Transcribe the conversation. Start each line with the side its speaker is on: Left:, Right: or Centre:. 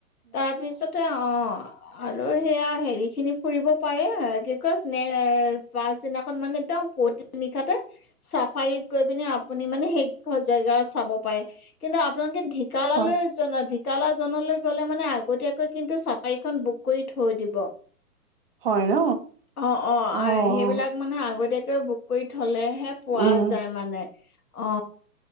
Left: তাৰপিছতে অ আৰু সেয়া হেৰি খিনি ফুৰিব পাৰে কি কয় পাছদিনাখন মানে একদম পুৱতি নিশাতে চাফাৰীত গৈ পিনে আপুনি মানে সেই জেগা চাব পাৰে কিন্তু আপোনালোকে ঢিকালালৈ
Right: হয়,
Left: ঢেকাল জনলৈ গলে মানে আগতীয়াকৈ কিন্তু চাফাৰীখন বুক কৰি থৈ দিব
Right: হয় ন?
Left: অ অ
Right: অ',
Left: সেইবিলাক মানে আগতীয়াকে বুক কৰি থলেহে পোৱা
Right: উম,
Left: যায় মানে অ